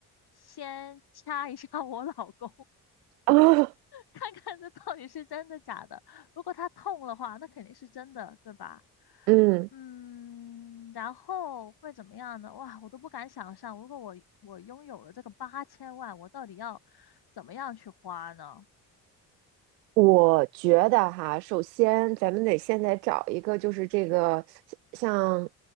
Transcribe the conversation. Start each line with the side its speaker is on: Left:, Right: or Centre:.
Left: 先掐一下 <laughs> 我老公，
Right: <laughs> 啊，
Left: 看看这到底是真的假的。如果他痛的话，那肯定是真的，对吧？
Right: 嗯，
Left: 嗯，然后会怎么样呢？哇，我都不敢想象，如果我我拥有了这个八千万，我到底要怎么样去花呢？
Right: 我觉得哈，首先咱们得现在找一个，就是这个像